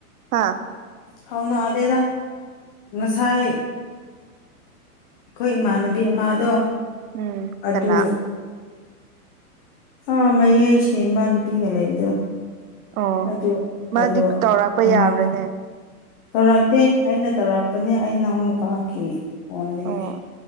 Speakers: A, on the right; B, on the left.
A: ꯍꯥ
B: ꯐꯥꯎꯅꯗꯦꯗ ꯉꯁꯥꯏ ꯑꯩꯈꯣꯏ ꯏꯃꯥꯟꯅꯕꯤ ꯑꯃꯗꯣ
A: ꯎꯝ
B: ꯑꯗꯨ
A: ꯀꯅꯥ
B: ꯑꯥ ꯃꯌꯥꯏ ꯁꯦꯝꯕ ꯅꯨꯄꯤꯒ ꯂꯩꯕꯗꯣ
A: ꯑꯣ
B: ꯑꯗꯨ
A: ꯃꯥꯗꯤ
B: ꯑꯗꯨ
A: ꯇꯧꯔꯛꯄ
B: ꯑꯃ
A: ꯌꯥꯕ꯭ꯔꯥꯅꯦ
B: ꯇꯧꯔꯛꯇꯦ ꯑꯩꯅ ꯇꯧꯔꯛꯄꯅꯦ ꯑꯩ ꯏꯅꯥꯎꯅꯨꯄꯥꯒꯤ ꯐꯣꯟꯗꯒꯤ
A: ꯑꯣ ꯑꯣ